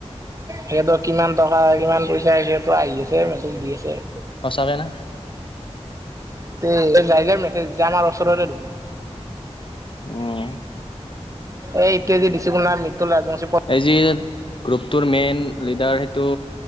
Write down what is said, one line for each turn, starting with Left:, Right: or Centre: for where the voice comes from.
Right: সিহঁতৰ কিমান টকা, কিমান পইচা, তটো আহি আছে মেছেজ দি আছে।
Left: সঁচাকে না?
Right: তে, যাই যাই মেছেজ দিচি, আমাৰ ওচৰৰে দেখুন।
Left: উম,
Right: এ, এতিয়া যে দিচি কোনবা মৃতুল ৰাজবংশী
Left: এই, যি, গ্ৰুপটোৰ মেইন লিডাৰ, সেইটো